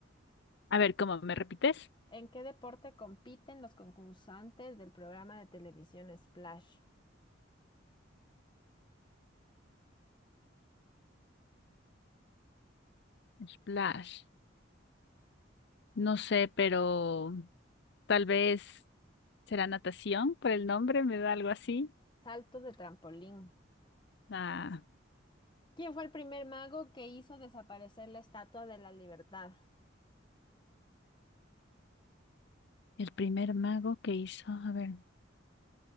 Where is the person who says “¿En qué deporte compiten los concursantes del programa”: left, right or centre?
Left